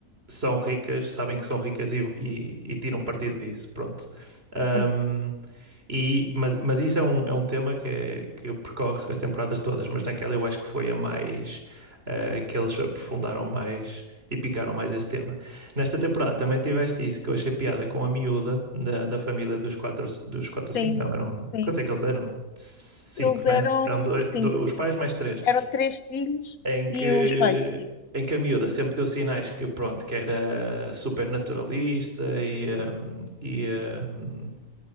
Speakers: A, on the right; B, on the left.
A: são ricas, sabem que são ricas e, e- e tiram partido disso. Pronto. Ahm,
B: Sim,
A: e, mas, mas isso é um, é um tema que, é- que percorre as temporadas todas, mas naquela eu acho que foi a mais, eh, que eles aprofundaram mais e picaram mais esse tema. Nesta temporada também tiveste isso, que eu achei piada com a miúda da, da família dos quatro, dos quatro ou cinco,
B: sim,
A: não, eram,
B: sim.
A: quantos é que eles eram? Cinco,
B: Eles
A: né?
B: eram
A: Eram dois, do-
B: cinco,
A: os
B: sim.
A: pais mais três,
B: Eram três filhos
A: em que,
B: e os pais, sim.
A: em que a miúda sempre deu sinais que, pronto, que era super naturalista e, hum, e hum,